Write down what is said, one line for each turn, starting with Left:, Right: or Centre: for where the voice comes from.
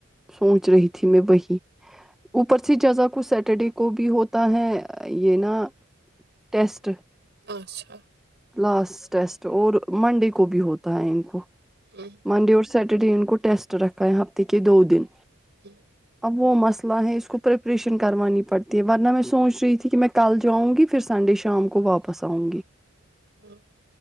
Centre: سوچ رہی تھی ت میں وہی اوپر سے جزا کو سیٹرڈے کو بھی ہوتا ہے یہ نا ٹیسٹ
Right: اچھا
Centre: لاسٹ ٹیسٹ اور منڈے کو بھی ہوتا ہے ان کو
Right: ہوں ہوں
Centre: منڈے
Right: ہوں
Centre: اور سٹرڈے ان کو ٹیسٹ رکھا ہے ہفتے کے دو دن
Right: ہ
Centre: اب وہ مسئلہ ہیں اسس کو پریپریشن کروانی پڑتی ہے ورنہ میں سوچ رہی تھی کہ میں کل جاؤں گی پھر سنڈے شام کو واپس آؤں گی
Right: ہ